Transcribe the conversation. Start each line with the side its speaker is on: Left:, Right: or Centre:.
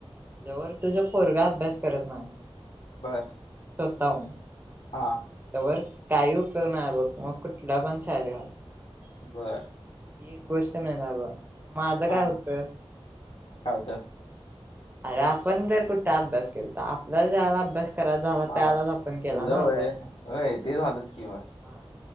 Right: जोवर तुझ पोरगा अभ्यास करत नाही.
Left: बर.
Right: स्वतःहून.
Left: हा.
Right: तोवर काही उपयोग नाही बघ मग कुठला पण शाळेत घाल.
Left: बरं.
Right: एक गोष्ट मेन आहे बाबा माझं
Left: हा
Right: काय होत.
Left: काय होत?
Right: अरे आपण जर कुठं अभ्यास केलता आपल्याला जयला अभ्यास त्रास झाला
Left: मला
Right: त्यावेलाच आपण केलाना
Left: तुझं होय
Right: अभ्यास.
Left: होय ते झालंच कि मग.
Right: हा